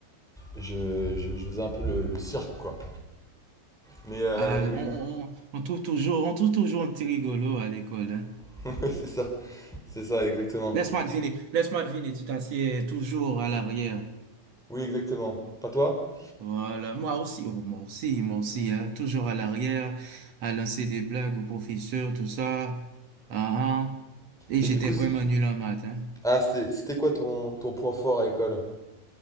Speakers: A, in the centre; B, on the right (about 60°).
A: je, je, je faisais un peu le, le cirque, quoi. Mais, euh,
B: Ah,
A: mais oui,
B: on, on, on on trouve toujours, on trouve toujours un petit rigolo à l'école. hein.
A: <laughs> c'est ça, c'est ça, exactement.
B: Laisse-moi deviner, laisse-moi deviner, tu t'assieds toujours à l'arrière.
A: Oui, exactement. Pas toi?
B: Voilà, moi aussi, oh, moi aussi, moi aussi, hein, toujours à l'arrière, à lancer des blagues aux professeurs, tout ça. Ah, ah. Et
A: Et
B: j'étais
A: du coup,
B: vraiment
A: c-
B: nul en maths, hein.
A: ah, c'était c'était quoi ton, ton point fort à l'école?